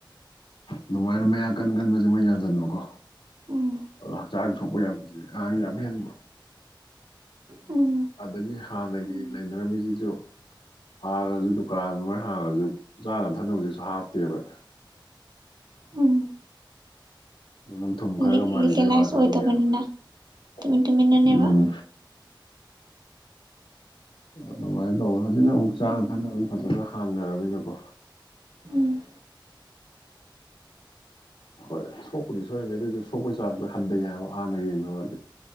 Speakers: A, on the left; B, on the right.
A: ꯑꯗꯨꯃꯥꯏꯅ ꯃꯌꯥꯛ ꯀꯟ ꯀꯟꯕꯖꯦ ꯃꯣꯏꯅ ꯌꯥꯟꯖꯟꯕ ꯀꯣ
B: ꯑꯣ
A: ꯑꯗꯨꯅ ꯍꯛꯆꯥꯡ ꯁꯣꯛꯄ ꯌꯥꯝꯖꯤ ꯑꯉꯥꯡ ꯌꯥꯝ ꯍꯦꯟꯕ
B: ꯎꯝ
A: ꯑꯗꯒꯤ ꯍꯥꯟꯅꯒꯤ ꯂꯩꯅꯔꯝꯃꯤꯖꯤꯁꯨ ꯍꯥꯡꯉꯒꯁꯨ ꯗꯨꯀꯥꯟ ꯑꯗꯨꯃꯥꯏ ꯍꯥꯡꯉꯒꯁꯨ ꯆꯥꯅ ꯊꯛꯅꯕꯖꯤꯁꯨ ꯍꯥꯞꯇꯦꯕ
B: ꯎꯝ
A: ꯎꯝ ꯑꯗꯨꯝ ꯊꯨꯝ ꯈꯔꯒ
B: ꯂꯤꯛ
A: ꯃꯔꯤꯕꯩ
B: ꯂꯤꯀꯦꯂꯥꯏꯁ
A: ꯋꯥ ꯊꯕꯛꯅꯦꯕ
B: ꯑꯣꯏꯗꯕꯅꯤꯅ ꯇꯨꯃꯤꯟ
A: <unintelligible>
B: ꯇꯨꯃꯤꯟꯅꯅꯦꯕ
A: ꯎꯝ ꯑꯗꯨꯃꯥꯥꯏ ꯇꯧꯕ ꯍꯧꯖꯤꯛꯅ ꯑꯃꯨꯛ ꯆꯥꯝ ꯁꯥꯟꯅꯕꯗꯤ ꯐꯖꯅ ꯍꯥꯡꯅꯔꯕꯃꯤꯅꯀꯣ
B: ꯎꯝ
A: ꯍꯣꯏ ꯁꯣꯛꯄꯗꯤ ꯁꯣꯏꯃꯦ ꯑꯗꯨꯏꯁꯨ ꯁꯣꯛꯄꯩ ꯆꯥꯥꯡꯗꯣ ꯍꯟꯗꯩ ꯍꯥꯏꯕ ꯍꯥꯟꯅꯒ ꯌꯦꯡꯅꯔꯨꯗꯤ